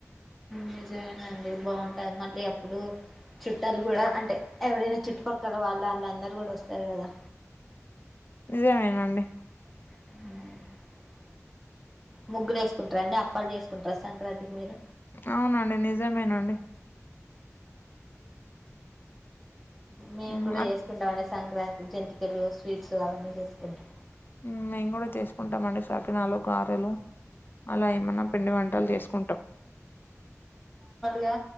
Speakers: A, in the centre; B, on the left.
A: నిజమేనండి బాగుంటాది మళ్ళీ అప్పుడు చుట్టాల్ గుడా అంటే ఎవరైనా చుట్టుపక్కల వాళ్ళు వాళ్ళందరూ గుడా వస్తారు గదా
B: నిజమేనండి.
A: హ్ ముగ్గులేస్కుంటరా అండి అప్పాల్ చేసుకుంటరా సంక్రాంతికి మీరు
B: అవునండి నిజమేనండి.
A: మేం
B: హ్మ్.
A: గుడా
B: అట్
A: చేస్కుంటం అండి సంక్రాంతి జంతికలు, స్వీట్స్ అవన్నీ చేసుకుంటాం.
B: మ్ మేం కూడా చేస్కుంటామండి సకినాలు, గారెలు అలా ఏమన్నా పిండి వంటల్ చేసుకుంటం.
A: గా